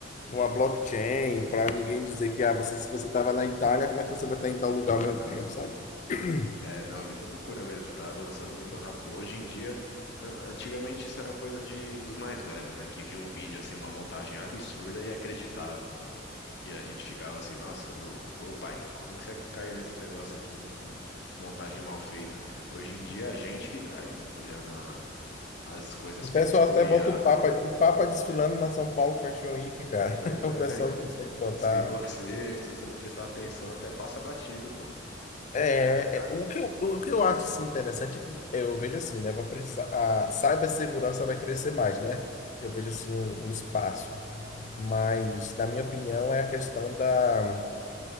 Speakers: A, on the left; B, on the left.
A: numa blockchain, para ninguém dizer que ah, você, se você estava na Itália, como é que você vai estar em tal lugar
B: Aham.
A: ao mesmo tempo, sabe? <clears throat>
B: É, não, é muita loucura mesmo, tá avançando muito rápido. Hoje em dia, an- antigamente isso era coisa de, dos mais velhos, né? Que via um vídeo, assim, uma montagem absurda e acreditava. Que a gente ficava assim, nossa, ô, ô pai, como que você caiu nesse negócio aqui, meu? Que montagem mal feita. Hoje em dia, é a gente que cai, olhando a- as coisas
A: O
B: feitas
A: pessoal
B: por
A: até
B: IA.
A: bota o Papa, o Papa desfilando na São Paulo Fashion Week,
B: É,
A: cara.
B: pois
A: <laughs> O
B: é.
A: pessoal
B: E se,
A: consegue botar.
B: e se <laughs> você, se você não prestar atenção, até passa batido, pô.
A: É,
B: Tá,
A: é, o que
B: tá.
A: eu, o que eu acho assim, interessante é que eu vejo assim, né? Vai precisar, a cibersegurança vai crescer mais, né? Eu vejo assim o, o espaço. Mas, na minha opinião, é a questão da